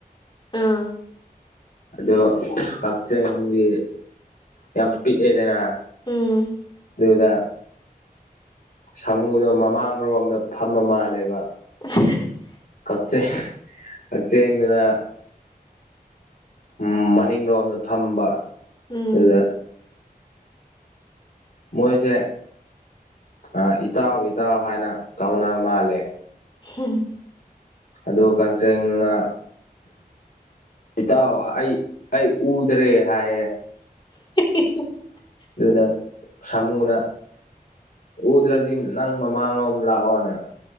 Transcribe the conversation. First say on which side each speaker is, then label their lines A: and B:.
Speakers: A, on the left (about 30°); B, on the left (about 65°).
A: ꯑꯥ
B: ꯑꯗꯣ ꯀꯛꯆꯦꯡꯗꯤ ꯌꯥꯝ ꯄꯤꯛꯑꯦꯗꯅ
A: ꯎꯝ
B: ꯑꯗꯨꯗ ꯁꯥꯃꯨꯗꯣ ꯃꯃꯥꯡꯔꯣꯝꯗ ꯐꯝꯕ ꯃꯥꯜꯂꯦꯕ
A: <unintelligible>
B: <unintelligible> ꯀꯛꯆꯦꯡꯗꯨꯅ ꯎꯝ ꯃꯅꯤꯡꯔꯣꯝꯗ ꯐꯝꯕ
A: ꯎꯝ
B: ꯑꯗꯨꯗ ꯃꯣꯏꯁꯦ ꯑꯥ ꯏꯇꯥꯎ ꯏꯇꯥꯎ ꯍꯥꯏꯅ ꯇꯧꯅ ꯃꯥꯜꯂꯦ
A: <unintelligible>
B: ꯑꯗꯨ ꯀꯛꯆꯦꯡꯗꯨꯅ ꯏꯇꯥꯎ ꯑꯩ ꯑꯩ ꯎꯗ꯭ꯔꯦ ꯍꯥꯏꯌꯦ
A: <unintelligible>
B: ꯑꯗꯨꯗ ꯁꯥꯃꯨꯅ ꯎꯗ꯭ꯔꯥꯗꯤ ꯅꯪ ꯃꯃꯥꯡꯂꯣꯝ ꯂꯥꯛꯑꯣꯅ